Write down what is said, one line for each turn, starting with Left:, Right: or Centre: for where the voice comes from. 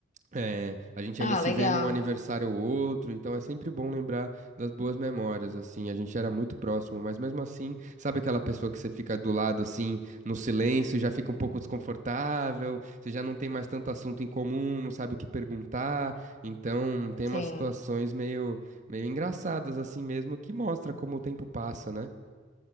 Right: É, a gente
Left: Ah,
Right: ainda se
Left: legal.
Right: vê num aniversário ou outro, então é sempre bom lembrar das boas memórias, assim, a gente era muito próximo, mas mesmo assim, sabe aquela pessoa que você fica do lado, assim, no silêncio, já fica um pouco desconfortável, você já não tem mais tanto assunto em comum, não sabe o que perguntar, então tem
Left: Sim.
Right: umas situações meio, meio engraçadas, assim mesmo, que mostra como o tempo passa, né?